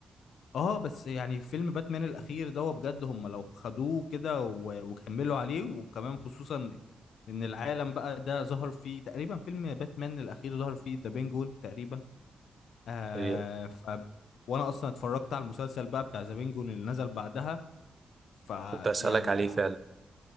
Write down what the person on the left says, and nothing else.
اه بس يعني فيلم باتمان الاخير ده هو بجد هم لو خدوه كده و- وكملوا عليه وكمان خصوصا ان العالم بقى ده ظهر فيه تقريبا فيلم باتمان الاخير ظهر فيه ذا بينجون تقريبا آه
ف وانا اصلا اتفرجت على المسلسل بقى بتاع ذا بينجون اللي نزل بعدها فيعني